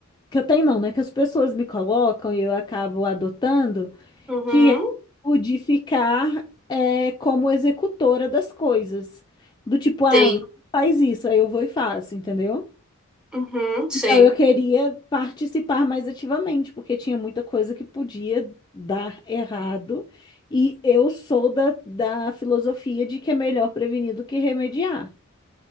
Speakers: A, on the left (about 20°); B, in the centre.
A: que eu tenho não, né, que as pessoas me colocam e eu acabo adotando
B: Uhum.
A: que é o de ficar é, como executora das coisas. Do tipo, ah,
B: Tem.
A: faz isso, aí eu vou e faço, entendeu?
B: Uhum, sei.
A: Então eu queria participar mais ativamente, porque tinha muita coisa que podia dar errado, e eu sou da, da filosofia de que é melhor prevenir do que remediar.